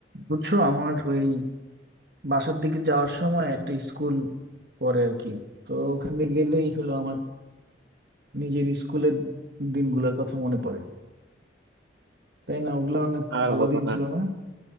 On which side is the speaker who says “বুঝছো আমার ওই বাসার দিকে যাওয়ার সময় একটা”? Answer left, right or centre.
Right